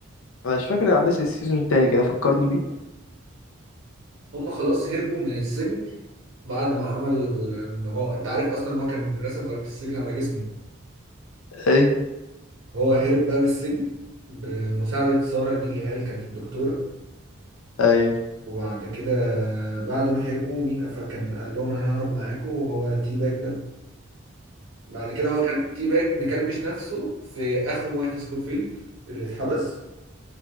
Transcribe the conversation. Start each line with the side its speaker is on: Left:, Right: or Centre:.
Left: أنا مش فاكر أحداث السيزون التاني كده فكرني بيه
Right: هم خلاص هربوا من السجن بعد ما عمل ال- هو انت عارف اصلا ان هو كان راسم خريطة السجن على جسمه
Left: ايه
Right: هو هرب بقى من السجن بمساعدة سارة دي اللي هي اللي كانت الدكتورة
Left: ايه
Right: وبعد كده بعد ما هربوا مين قف- كان قال لهم انا ههرب معاكم وهو تيباج ده بعد كده هو كان تي باج مكلبش نفسه في اخو مايكل سكوفيلد اللي اتحبس